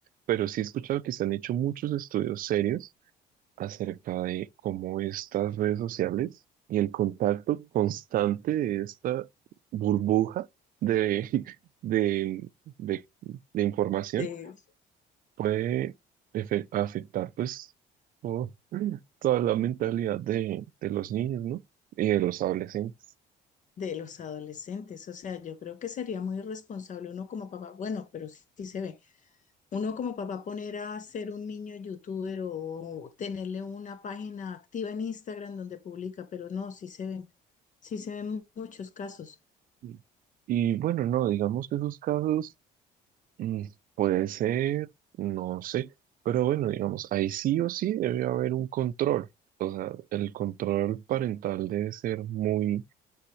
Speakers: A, on the right; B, on the left.
A: pero sí he escuchado que se han hecho muchos estudios serios acerca de cómo estas redes sociales y el contacto constante de esta burbuja de, <laughs> de, de, de información
B: de,
A: puede efe- afectar pues todo- toda la mentalidad de, de los niños, ¿no? Y de los adolescentes.
B: de los adolescentes. O sea, yo creo que sería muy irresponsable uno como papá. Bueno, pero sí, sí se ve. Uno como papá poner a ser un niño youtuber o tenerle una página activa en Instagram donde publica, pero no, sí se ven, sí se ven muchos casos.
A: Y y bueno, no, digamos que esos casos mm, puede ser, no sé, pero bueno, digamos, ahí sí o sí debe haber un control. O sea, el control parental debe ser muy,